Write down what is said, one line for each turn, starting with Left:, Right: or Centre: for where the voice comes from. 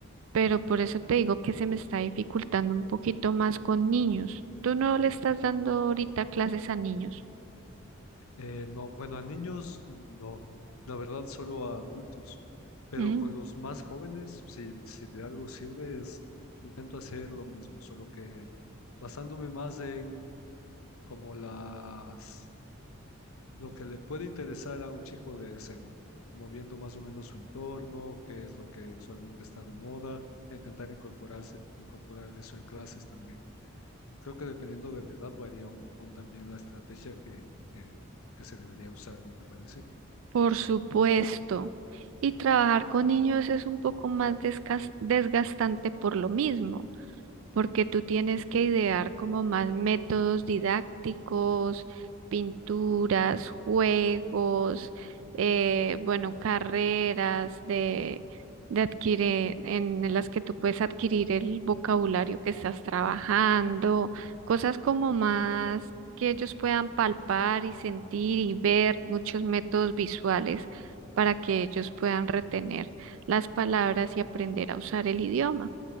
Right: pero por eso te digo
Left: Ujú.
Right: que se me está dificultando un poquito más con niños. ¿Tú no le estás dando ahorita clases a niños?
Left: Eh, no, bueno, a niños no, la verdad solo a adultos, pero
Right: Mm,
Left: con los más jóvenes, si, si de algo sirve, es intento hacer lo mismo, solo que basándome más en como las lo que le puede interesar a un chico de esa edad, moviendo más o menos su entorno, qué es lo que usualmente está de moda, e intentar incorporarse, incorporar eso en clases también. Creo que dependiendo de la edad varía un montón también la estrategia que, que, que se debería usar, ¿no te parece?
Right: por supuesto. Y trabajar con niños es un poco más desgas- desgastante por lo mismo. porque tú tienes que idear como más métodos didácticos, pinturas, juegos, eh, bueno, carreras de, de adquirir, eh, en las que tú puedes adquirir el vocabulario que estás trabajando, cosas como más que ellos puedan palpar y sentir y ver muchos métodos visuales para que ellos puedan retener las palabras y aprender a usar el idioma.